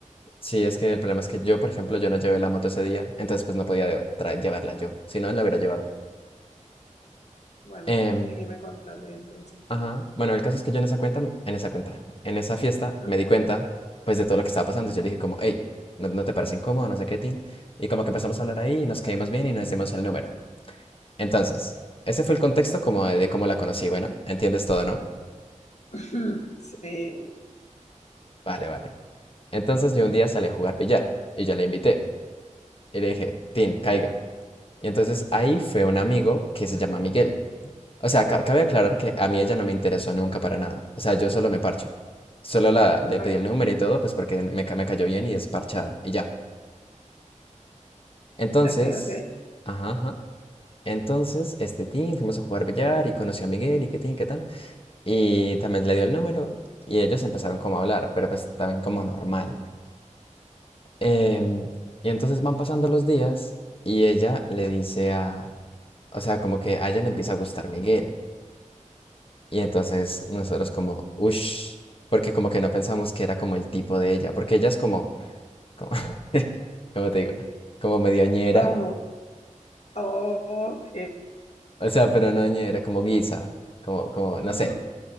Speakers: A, on the left; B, on the left.
A: Sí, es que el problema es que yo, por ejemplo, yo no llevé la moto ese día, entonces pues no podía de- tra- llevarla yo, si no, la hubiera llevado.
B: Bueno,
A: Em,
B: seguime contando y entonces.
A: ajá, bueno, el caso es que yo en esa cuenta, en esa cuenta, en esa fiesta
B: Ujú.
A: me di cuenta pues de todo lo que estaba pasando, y yo le dije como, hey, ¿no, no te parece incómodo? No sé qué, Tin. Y como que empezamos a hablar ahí y nos caímos bien y nos dimos el número. Entonces, ese fue el contexto como de, de cómo la conocí, bueno, entiendes todo, ¿no?
B: <laughs> Sí.
A: Vale, vale. Entonces yo un día salí a jugar billar y yo la invité. Y le dije, Tin, caiga. Y entonces ahí fue un amigo que se llama Miguel. O sea, ca- cabe aclarar que a mí ella no me interesó nunca para nada. O sea, yo solo me parcho. Solo la, le
B: Ok,
A: pedí el número y todo, pues porque me, ca- me cayó bien y es parchada. Y ya. Entonces,
B: ok, ok.
A: ajá, ajá. Entonces, este Tin, fuimos a jugar billar y conocí a Miguel y qué Tin, qué tan. Y también le dio el número y ellos empezaron como a hablar, pero pues también como normal. Em, y entonces van pasando los días y ella le dice a, o sea, como que a ella le empieza a gustar Miguel. Y entonces nosotros como, ush, porque como que no pensamos que era como el tipo de ella, porque ella es como, como, <laughs> ¿cómo te digo? Como medio ñera,
B: ¿Cómo? Ok.
A: o sea, pero no ñera, como guisa, como, como, no
B: Ujú,
A: sé.